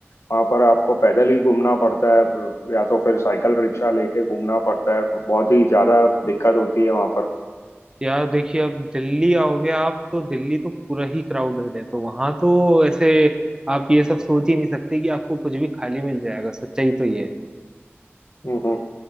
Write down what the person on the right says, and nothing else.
यार देखिए अब दिल्ली आओगे आप तो दिल्ली तो पूरा ही क्राउडेड है तो वहां तो ऐसे आप ये सब सोच ही नहीं सकते कि आपको कुछ भी खाली मिल जाएगा सच्चाई तो ये है